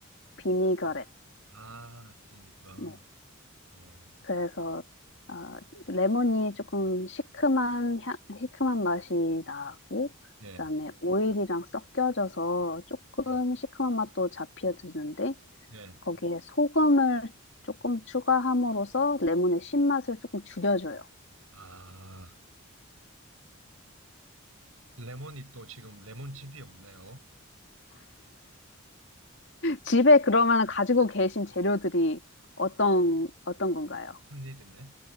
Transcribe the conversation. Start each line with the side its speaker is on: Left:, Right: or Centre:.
Left: 비니거렛.
Right: 아, 비니까.
Left: 네.
Right: 예,
Left: 그래서 어, 레몬이 조금 시큼한 향, 시큼한 맛이 나고
Right: 예,
Left: 그다음에 오일이랑 섞여져서 조금
Right: 예,
Left: 시큼한 맛도 잡혀드는데
Right: 예.
Left: 거기에 소금을 조금 추가함으로써 레몬의 신맛을 조금 줄여줘요.
Right: 아, 레몬이 또 지금 레몬즙이 없네요.
Left: 집에 그러면 가지고 계신 재료들이 어떤, 어떤 건가요?
Right: 큰일이네.